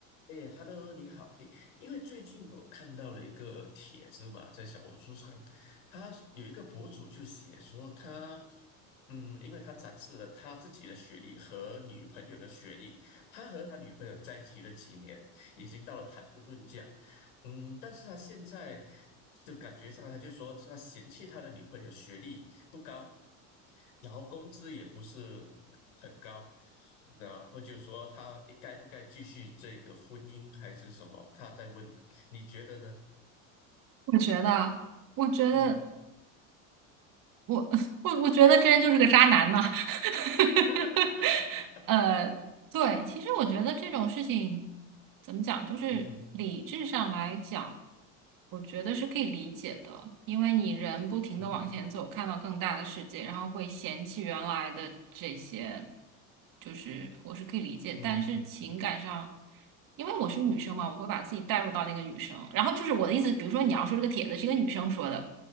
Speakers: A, on the left; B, on the right.
A: 哎，Hello，你好。哎，因为最近我看到了一个帖子嘛，在小红书上，他有一个博主就写说他，嗯，因为他展示了他自己的学历和女朋友的学历，他和他女朋友在一起了几年，已经到了谈婚论嫁。嗯，但是他现在就感觉上，他就说他嫌弃他的女朋友学历不高，然后工资也不是很高，然后就说他诶该不该继续这个婚姻还是什么？他在问，你觉得呢？
B: 我觉得，我觉得，
A: 嗯，
B: 我 <laughs> 我我觉得这人就是个渣男呐、<laughs>
A: <laughs>
B: 呃，对，其实我觉得这种事情怎么讲，就是理智上来讲，
A: 嗯哼，
B: 我觉得是可以理解的，因为你人不停的往前走，
A: 嗯哼，
B: 看到更大的世界，然后会嫌弃原来的这些，就是我是可以理解。
A: 嗯哼，
B: 但是情感上，
A: 嗯哼，
B: 因为我是女生嘛，我会把自己带入到那个女生。然后就是我的意思，比如说你要说这个帖子是一个女生说的，